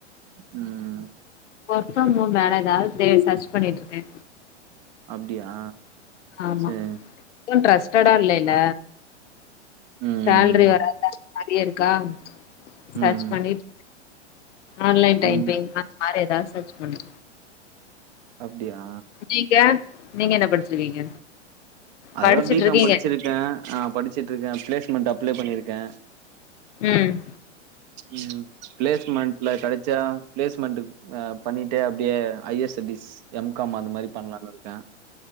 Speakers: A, on the right (about 40°); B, on the left (about 80°).
A: ம்
B: ஒர்க் ஃப்ரம் ஹோம் வேற ஏதாவது தே சர்ச் பண்ணிட்டு இருக்க
A: அப்டியா
B: ஆமா
A: சேரி
B: இதுவு ட்ரஸ்டடா இல்லல்ல
A: ம்
B: சேல்ரி வராத மாரியே இருக்கா சர்ச்
A: ம்
B: பண்ணிட் ஆன்லைன் டைப்பிங்
A: ம்
B: அது மாரி ஏதாது சர்ச் பண்ற
A: அப்டியா
B: நீங்க நீங்க என்ன படிச்சிருக்கீங்க
A: அதுதா
B: படிச்சுட்டு
A: பி
B: இருக்கீங்க
A: காம் படிச்சிருக்க ஆ படிச்சிட்ருக்க பிளேஸ்மெண்ட் அப்ளை பண்ணிருக்க
B: ம்
A: ம் பிளேஸ்மெண்ட்ல கெடைச்சா பிளேஸ்மெண்ட்டுக் பண்ணிட்டே அப்டியே ஹையர்ஸ்டடிஸ் எம் காம் அந்த மாரி பண்லானு இருக்க